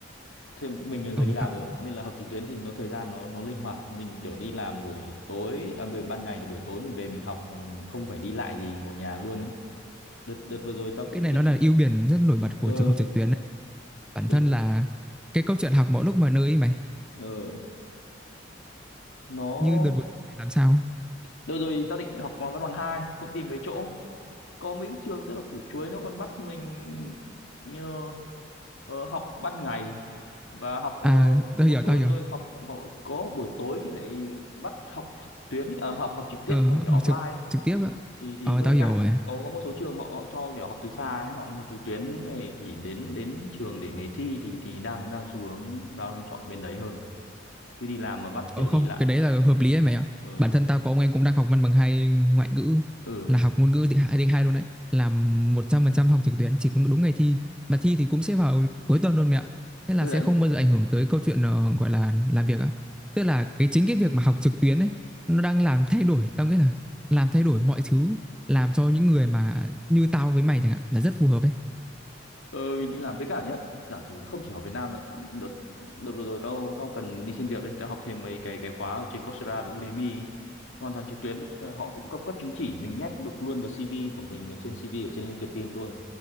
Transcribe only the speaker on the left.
thì mình là người
đi làm
rồi
mà,
nên là học trực tuyến thì nó thời gian nó nó linh hoạt mình kiểu đi làm buổi tối à, buổi ban ngày thì buổi tối mình về mình học mà mình không phải đi lại gì ngồi nhà luôn ấy đợt đợt vừa rồi tao cũng
định
ờ
đợt
ờ nó
đợt rồi tao định học văn bằng hai cũng tìm mấy chỗ thì có mấy trường rất là củ chuối nó còn bắt mình nhờ ờ, học ban ngày và học ờ,
có
một
số
nơi học họ có buổi tối thì lại bắt học trực tuyến ấy, ờ, học học trực tiếp
phải phải offline
ấy.
thì thì
hơi
ngại
có có một số trường họ, họ cho kiểu học từ xa ấy, họ mới học trực tuyến này chỉ đến đến trường để ngày thi thì thì đang đang xu hướng đang chọn bên đấy hơn chứ đi làm mà bắt kiểu
đi lại
mệt lắm
ờ
ừ
ừ
đấy
Ờ, mình đi làm với cả nhá giả sử không chỉ ở Việt Nam nữa đợt đợt vừa rồi tao tao cần đi xin việc ấy tao học thêm mấy cái cái khóa ở trên Coursera với Udemy ấy. Thì hoàn toàn trực tuyến mà cho nên họ cũng cấp cấp chứng chỉ mình nhét được luôn vào CV của mình mà trên CV ở trên LinkedIn luôn